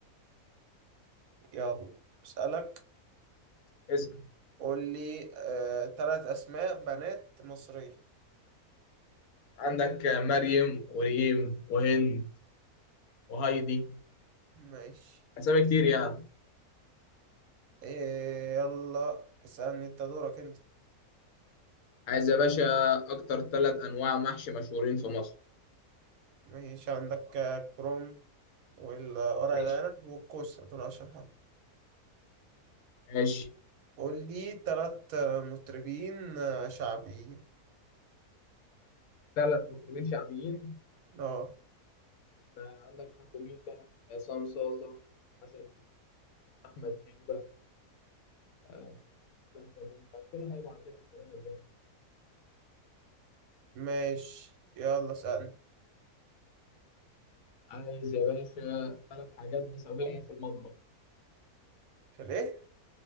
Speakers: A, on the right (about 70°); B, on the left (about 75°).
A: يلا اسألك
B: اسم
A: قول لي آه، تلات اسماء بنات مصرية
B: عندك آه، مريم وريم وهند وهايدي
A: ماشي
B: أسامي كتير يعني
A: إيه يلا اسألني انت دورك انت
B: عايز يا باشا أكتر ثلاث أنواع محشي مشهورين في مصر
A: ماشي عندك آه، كروم والورق
B: ماشي.
A: العنب والكوسة دول أشهر حاجة
B: ماشي
A: قول لي تلات آه، مطربين آه، شعبيين
B: ثلاث مطربين شعبيين
A: اه
B: آه، عندك حمو بيكا عصام صاصة حسن شاكوش أحمد شيبة آه، إسلام كابونجا كده هيبقى عندنا الثلاثة دي
A: ماشي يلا اسألني
B: عايز يا باشا ثلاث حاجات بنستخدمهم في المطبخ
A: في الإيه؟